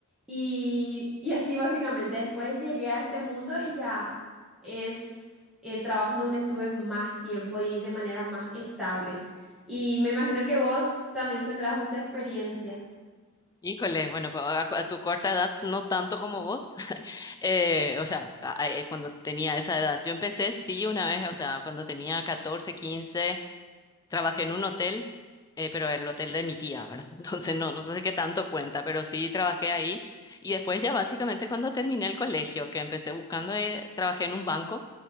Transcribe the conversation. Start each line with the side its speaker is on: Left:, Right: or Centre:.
Centre: Y, y así básicamente, después llegué a este mundo y ya es el trabajo en donde estuve más tiempo y de manera más estable. Y me imagino que vos también tendrás mucha experiencia.
Left: Híjole, bueno, pues a, a tu corta edad no tanto como vos. <laughs> Eh, o sea, a- a- eh, cuando tenía esa edad, yo empecé sí una vez, o sea, cuando tenía 14, 15. Trabajé en un hotel, eh, pero el hotel de mi tía, ¿verdad? <laughs> Entonces no, no sé si qué tanto cuenta, pero sí trabajé ahí. Y después ya básicamente cuando terminé el colegio, que empecé buscando, eh, trabajé en un banco